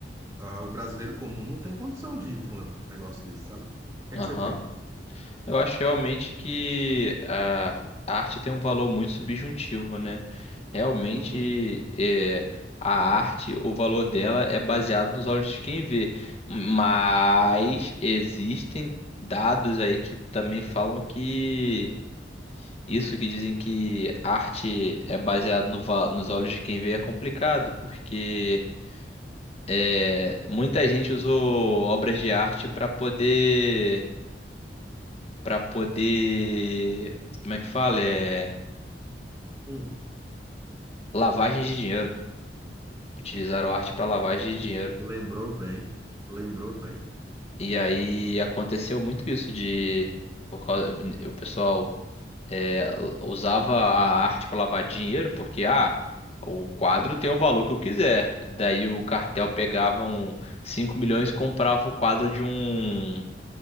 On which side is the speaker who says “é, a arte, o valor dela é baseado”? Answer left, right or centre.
Left